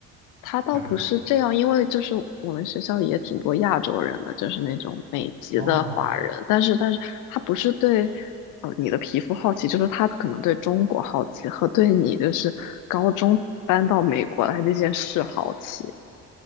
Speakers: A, on the left; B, on the right.
A: 他倒不是这样，
B: 有不吧。
A: 因为就是我们学校也挺多亚洲人的，就是那种美籍的华人，
B: 哦
A: 但是但是他不是对呃你的皮肤好奇，就是他可能对中国好奇和对你就是高中搬到美国来这件事好奇。